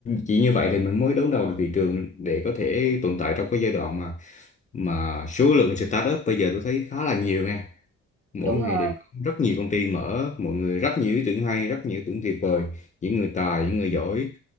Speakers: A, on the left; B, on the right.
A: chỉ như vậy thì mình mới đấu đầu được thị trường để có thể
B: ừ,
A: tồn tại trong cái giai đoạn mà mà số lượng startup bây giờ tôi thấy khá là nhiều nha mỗi
B: đúng
A: ngày
B: rồi
A: đều có rất nhiều công ty mở mọi người rất nhiều ý tưởng hay rất nhiều ý tưởng tuyệt vời những người tài những người
B: ừ,
A: giỏi